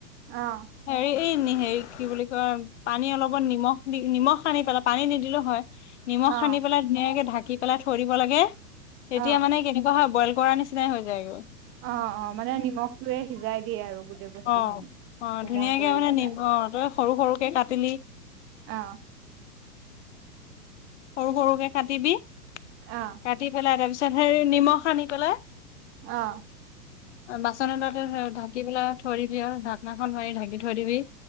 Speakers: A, on the right (about 25°); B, on the left (about 45°).
A: অ'।
B: হেৰি এই নে হেৰি কি বুলি কয় পানী অলপ নিমখ দি নিমখ সানি পেলাই, পানী নিদিলেও হয়, নিমখ
A: অ
B: সানি পেলাই ধুনীয়াকে ঢাকি পেলাই থৈ দিব লাগে, তেতিয়া
A: অ
B: মানে কেনেকুৱা হয় বইল কৰাৰ নিচিনাই হৈ যায়গৈ।
A: অ', অ', মানে নিমখটোয়ে সিজাই দিয়ে আৰু গোটেই বস্তু
B: অ
A: খিনি।
B: অ',
A: কোমল
B: ধুনীয়াকে
A: কৰি
B: মানে
A: পেলাই
B: নি, অ', তই সৰু সৰুকে কাটিলি।
A: অ'।
B: সৰু সৰুকে কাটিবি।
A: অ'।
B: কাটি পেলাই তাৰপিছত হেৰি নিমখ সানি পেলাই
A: অ'।
B: বাচন এটাতে ঢাকি পেলাই থৈ দিবি আৰু ঢাকনাখন মাৰি ঢাকি থৈ দিবি।